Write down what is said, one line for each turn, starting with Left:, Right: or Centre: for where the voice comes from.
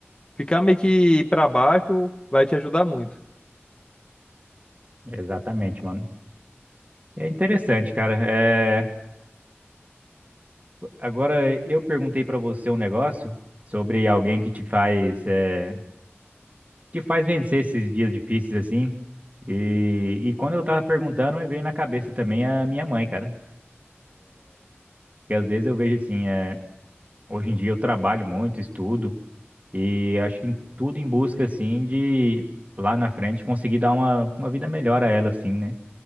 Left: ficar meio que pra baixo vai te ajudar muito.
Right: Exatamente, mano. É interessante, cara. É, Agora, eu perguntei para você um negócio sobre alguém que te faz, eh, te faz vencer esses dias difíceis assim. E, e quando eu tava perguntando, me veio na cabeça também a minha mãe, cara. Que às vezes eu vejo assim, eh, hoje em dia eu trabalho muito, estudo, e acho que tudo em busca assim de lá na frente conseguir dar uma, uma vida melhor a ela, assim, né?